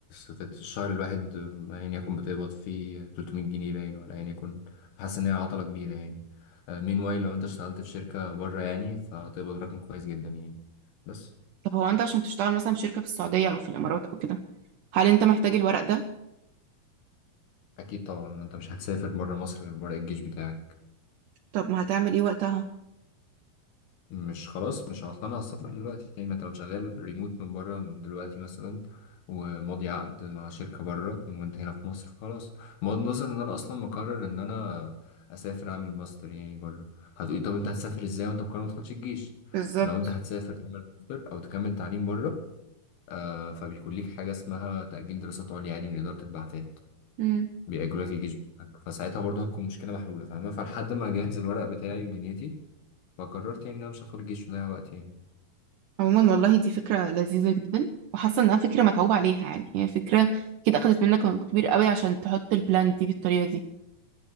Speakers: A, on the left; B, on the right.
A: في الشهر الواحد يعني يكون بتقبض فيه 300 جنيه باين ولا يعني يكون فحاسس ان هي عطلة كبيرة يعني مين واي لو انت اشتغلت في شركة بره يعني فتقبض رقم كويس جدا يعني بس
B: طب هو انت عشان تشتغل مثلا في شركة في السعودية او في الامارات او كده هل انت محتاج الورق ده
A: اكيد طبعا انت مش هتسافر بره مصر غير بره الجيش بتاعك
B: طب ما هتعمل ايه وقتها
A: مش خلاص مش هطلع على السفر دلوقتي يعني ما انت لو شغال ريموت من بره من دلوقتي مثلا وماضي عقد مع شركة بره وانت هنا في مصر خلاص بغض النظر ان انا اصلا مقرر ان انا اسافر اعمل ماستر يعني بره هتقولي طب انت هتسافر ازاي وانت مقرر ما تدخلش الجيش
B: بالظبط
A: لو انت هتسافر تعمل ماستر او تكمل تعليم بره آه فبيكون ليك حاجة اسمها تأجيل دراسات عليا عادي من إدارة البعثات
B: امم
A: بيأجلوا لك الجيش بتاعك فساعتها برضه هتكون مشكلة محلولة فاهمة فلحد ما اجهز الورق بتاعي ودنيتي فقررت يعني ان انا مش هدخل الجيش وده وقت يعني
B: عموما والله دي فكرة لذيذة جدا وحاسة انها فكرة متعوب عليها يعني هي فكرة كده اخدت منك وقت كبير قوي عشان تحط البلان دي بالطريقة دي